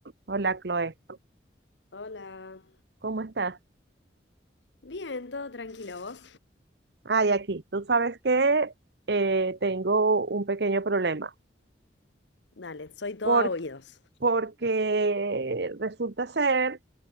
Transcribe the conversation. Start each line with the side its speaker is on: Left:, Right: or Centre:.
Right: Hola, Chloe.
Left: Hola.
Right: ¿Cómo estás?
Left: Bien, todo tranquilo, ¿vos?
Right: Ay, aquí. Tú sabes que eh, tengo un pequeño problema.
Left: Dale, soy toda
Right: Por,
Left: oídos.
Right: porque resulta ser